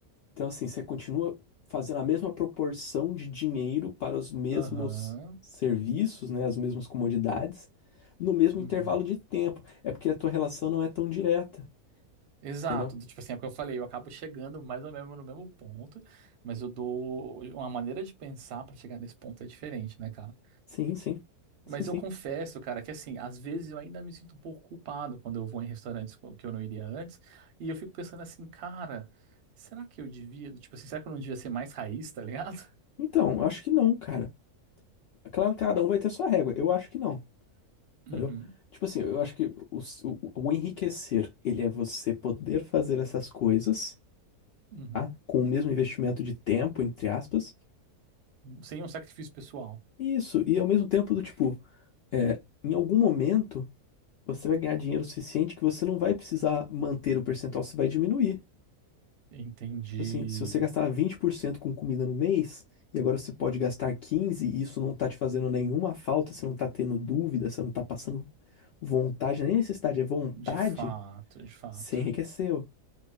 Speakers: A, on the left; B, on the right.
A: Então, assim, você continua fazendo a mesma proporção de dinheiro para os mesmos
B: Aham.
A: serviços, né? As mesmas comodidades, no mesmo
B: uhum.
A: intervalo de tempo. É porque a tua relação não é tão direta,
B: Exato,
A: entendeu?
B: do tipo assim, é o que eu falei, eu acabo chegando mais ou menos no mesmo ponto, mas eu dou uma maneira de pensar para chegar nesse ponto é diferente, né, cara?
A: Sim, sim.
B: Mas
A: Sim, sim.
B: eu confesso, cara, que assim, às vezes eu ainda me sinto um pouco culpado quando eu vou em restaurantes co- que eu não iria antes, e eu fico pensando assim, cara, será que eu devia, tipo assim, será que eu não devia ser mais raiz, tá ligado?
A: Então, eu acho que não, cara. É Claro que cada um vai ter sua régua. Eu acho que não, entendeu?
B: Uhum,
A: Tipo assim, eu acho que o, o o enriquecer, ele é você poder fazer essas coisas
B: uhum.
A: tá? Com o mesmo investimento de tempo, entre aspas.
B: Sem um sacrifício pessoal.
A: Isso, e ao mesmo tempo do tipo, é, em algum momento você vai ganhar dinheiro suficiente que você não vai precisar manter o percentual, você vai diminuir.
B: Entendi.
A: Tipo assim, se você gastar 20% com comida no mês, e agora você pode gastar 15%, e isso não tá te fazendo nenhuma falta, você não tá tendo dúvida, você não tá passando vontade, nem necessidade, é vontade,
B: De fato, de fato.
A: você enriqueceu.